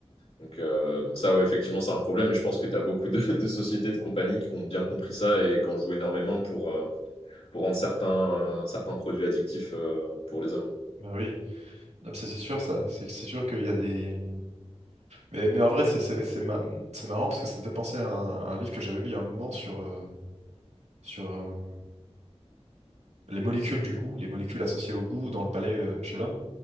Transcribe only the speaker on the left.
Donc, euh, donc ça, ouais, effectivement, c'est un problème. Et je pense que tu as beaucoup de, de sociétés, de compagnies qui ont bien compris ça et qui en jouent énormément pour, euh, pour rendre certains, certains produits addictifs euh, pour les hommes.